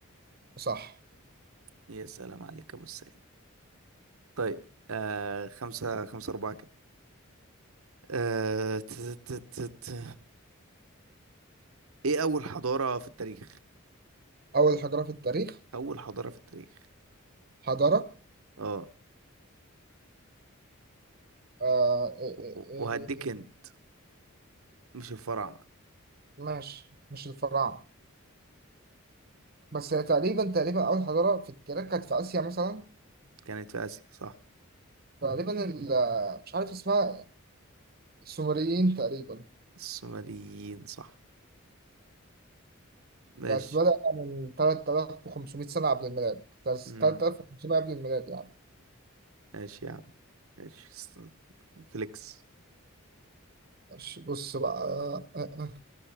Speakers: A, on the right; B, on the right.
A: صح
B: يا سلام عليك يا أبو السيد طيب آه خمسة خمسة أربعة كده آه ت- ت- ت- ت- إيه أول حضارة في التاريخ؟
A: أول حجرة في التاريخ
B: أول حضارة في التاريخ
A: حضارة
B: آه
A: آه إيه
B: و-
A: إيه
B: و- وهديك
A: إيه. إيه.
B: هنت مش الفراعنة
A: ماشي مش الفراعنة بس هي تقريبا تقريبا أول حضارة في التاريخ كانت في آسيا مثلا
B: كانت في آسيا صح
A: تقريبا ال- مش عارف اسمها السومريين تقريبا
B: السومريين صح ماشي
A: كانت بدأ من 3500 سنة قبل الميلاد بس
B: مم.
A: 3500 قبل الميلاد يعني
B: ماشي يا عم ماشي س- فليكس
A: ماشي بص بقى آه، آه، آه.